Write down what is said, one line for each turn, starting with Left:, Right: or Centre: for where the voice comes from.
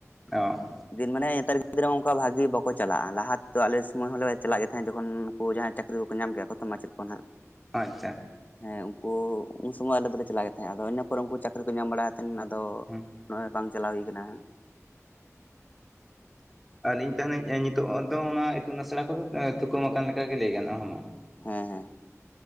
Centre: ᱚ
Left: ᱫᱤᱱ ᱢᱟᱱᱮ <unintelligible> ᱛᱟᱨ ᱜᱤᱫᱽᱨᱟᱹ ᱚᱝᱠᱟ ᱵᱷᱟᱜᱤ ᱵᱟᱠᱚᱟᱞᱟᱜ ᱞᱟᱦᱟ ᱛᱮᱫᱚ ᱟᱞᱮ ᱥᱚᱢᱳᱚᱭ ᱦᱚᱸᱞᱮ ᱪᱟᱞᱟᱜ ᱜᱮ ᱛᱟᱦᱮᱸᱫ ᱡᱚᱠᱷᱚᱱ ᱩᱱᱠᱩ ᱡᱟᱦᱟᱸᱭ ᱪᱟᱹᱠᱨᱤ ᱵᱟᱠᱚ ᱧᱟᱢ ᱠᱟ ᱠᱚ ᱛᱚ ᱢᱟᱪᱮᱫ ᱠᱚ ᱱᱟᱦᱟᱜ
Centre: ᱟᱪᱪᱷᱟ
Left: ᱦᱮᱸ ᱩᱱᱠᱩ ᱩᱱ ᱥᱚᱢᱚᱭ ᱟᱞᱮ ᱫᱚᱮ ᱪᱟᱞᱟᱜ ᱜᱮ ᱛᱟᱦᱮᱸᱫ ᱟᱫᱚ ᱤᱱᱟᱹᱯᱚᱨ ᱩᱱᱠᱩ ᱪᱟᱹᱠᱨᱤ ᱠᱚ ᱧᱟᱢ ᱵᱟᱲᱟᱭᱼ ᱛᱱ ᱟᱫᱚ
Centre: ᱦᱩᱸ
Left: ᱱᱚᱜᱼᱚᱭ ᱵᱟᱝ ᱪᱟᱞᱟᱣ ᱦᱩᱭ ᱟᱠᱟᱱᱟ
Centre: ᱟᱹᱞᱤᱧ ᱛᱟᱦᱮᱱᱟᱹᱧ ᱱᱤᱛᱳᱜ ᱫᱚ ᱚᱱᱟ ᱤᱛᱩᱱ ᱟᱥᱲᱟ ᱠᱚᱫᱚ ᱛᱷᱩᱠᱩᱨ ᱢᱟ ᱟᱠᱟᱱ ᱞᱮᱠᱟᱟᱜᱮ ᱞᱟᱹᱭ ᱜᱟᱱᱚᱜᱼᱟ
Left: ᱦᱮᱸ ᱦᱮᱸ